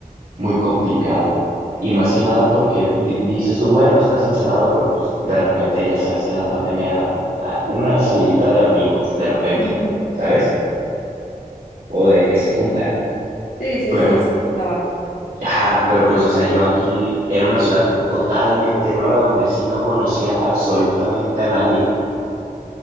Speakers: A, on the right; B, on the left.
A: muy complicado. Y más que nada porque di- dices tú, bueno, estás encerrado, pero pues de repente ya sabes que en la pandemia, ah, una salidita de amigos, de repente,
B: ujú.
A: ¿sabes? o de que se juntan.
B: Sí, sí,
A: Pero,
B: sí, sí pasaba.
A: ajá, pero pues, o sea, yo aquí era una ciudad totalmente nueva donde sí no conocía absolutamente a nadie,